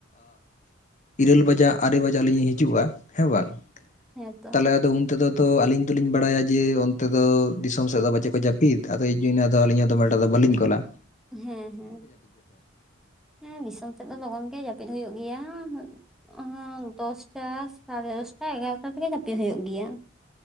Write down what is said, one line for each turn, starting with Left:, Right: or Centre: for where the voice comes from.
Left: ᱤᱨᱟᱹᱞ ᱵᱟᱡᱟᱜ ᱤᱨᱟᱹᱞ ᱵᱟᱡᱟᱜ ᱟᱹᱞᱤᱧ ᱞᱤᱧ ᱦᱤᱡᱩᱜᱼᱟ ᱦᱮᱸ ᱵᱟᱝ ᱾
Centre: ᱦᱮᱸ ᱛᱚ
Left: ᱛᱟᱦᱚᱞᱮ ᱟᱫᱚ ᱩᱱ ᱛᱮᱫᱚ ᱛᱚ ᱟᱞᱤᱧ ᱫᱚ ᱞᱤᱧ ᱵᱟᱲᱟᱭᱟ ᱡᱮ ᱚᱱᱛᱮ ᱫᱚ ᱫᱤᱥᱚᱢ ᱥᱮᱫ ᱫᱚ ᱯᱟᱪᱮᱫ ᱠᱚ ᱡᱟᱯᱤᱫ? ᱦᱟᱯᱤᱛ ᱟᱫᱚ ᱮᱭ ᱡᱟᱱᱱᱳ ᱟᱹᱞᱤ ᱦᱚ ᱫᱚᱢᱮ ᱮᱠᱴᱟ ᱫᱚ ᱵᱟᱹᱞᱤᱧ ᱠᱚᱞᱟ ᱾
Centre: ᱦᱮᱸ ᱦᱮᱸ ᱦᱮᱸ ᱾ ᱫᱤᱥᱚᱢ ᱥᱮᱫ ᱫᱚ ᱞᱚᱜᱚᱱ ᱜᱮ ᱡᱟᱹᱯᱤᱫ ᱦᱩᱭᱩᱜ ᱜᱮᱭᱟ ᱾ ᱫᱚᱥᱴᱟ ᱥᱟᱲᱮ ᱫᱚᱥᱴᱟ ᱮᱜᱟᱨᱚᱴᱟ ᱛᱮᱜᱮ ᱡᱟᱹᱯᱤᱫ ᱦᱩᱭᱩᱜ ᱜᱮᱭᱟ ᱾